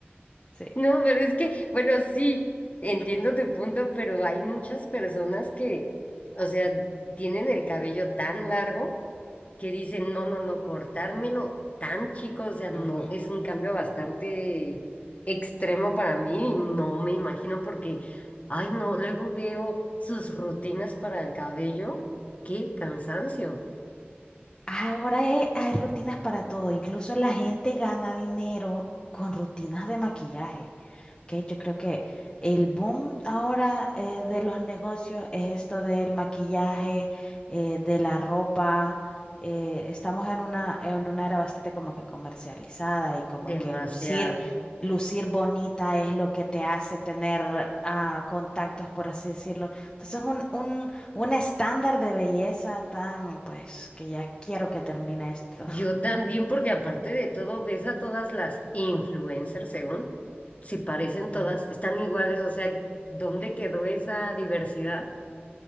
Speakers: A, on the left (about 20°); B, on the left (about 35°).
A: Sí.
B: No, pero es que, bueno, sí, entiendo tu punto, pero hay muchas personas que, o sea, tienen el cabello tan largo que dicen, no, no, no, cortármelo tan chico, o sea, no,
A: Ujú.
B: es un cambio bastante extremo para mí, y no me imagino porque, ay, no, luego veo sus rutinas para el cabello, qué cansancio.
A: Ahora he- hay rutinas para todo. Incluso la gente gana dinero con rutinas de maquillaje. que yo creo que el boom ahora eh, de los negocios es esto del maquillaje, eh, de la ropa. eh, estamos en una, en una era bastante como que comercializada y como
B: Demasiado.
A: que lucir, lucir bonita es lo que te hace tener ah, contactos, por así decirlo. Entonces, un, un, un estándar de belleza tan, pues, que ya quiero que termine esto.
B: Yo también, porque aparte de todo, ves a todas las influencers, según, si parecen todas,
A: <laughs> Ujú.
B: están iguales, o sea, ¿dónde quedó esa diversidad?